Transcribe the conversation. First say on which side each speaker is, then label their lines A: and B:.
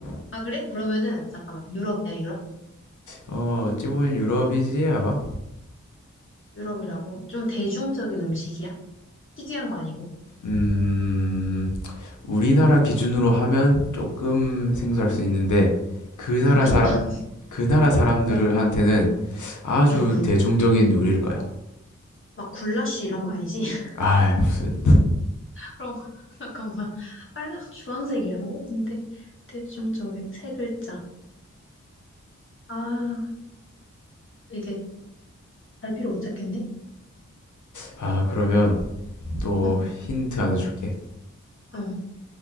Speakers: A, on the left; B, on the left.
A: 아, 그래? 그러면은, 잠깐만. 유럽이야, 유럽?
B: 어, 어찌 보면 유럽이지, 아마?
A: 유럽이라고? 좀 대중적인 음식이야? 희귀한 거 아니고?
B: 음, 우리나라 기준으로 하면 조금 생소할 수 있는데, 그 나라
A: 잠깐만.
B: 사람,
A: <laughs>
B: 그 나라 사람들한테는
A: 어,
B: 아주
A: 응, 응.
B: 대중적인 요리일 거야.
A: 막 굴라쉬 이런 거 아니지? <laughs>
B: 아, 무슨?
A: 그런 거. <laughs> 잠깐만. 빨간, 주황색이라고? 근데, 대중적인, 세 글자. 아, 이게 갈피를 못 찾겠네?
B: 아, 그러면 또
A: 응,
B: 힌트 하나 줄게.
A: 응.